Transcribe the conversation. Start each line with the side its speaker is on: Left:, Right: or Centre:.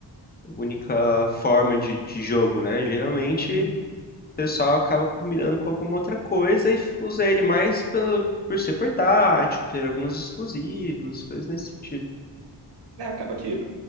Left: única forma de, de jogo, né? Geralmente
Right: Uhum.
Left: o pessoal acaba combinando com alguma outra coisa e usa ele mais pelo, por ser portátil, por ter alguns exclusivos, coisas nesse sentido.
Right: É, acaba que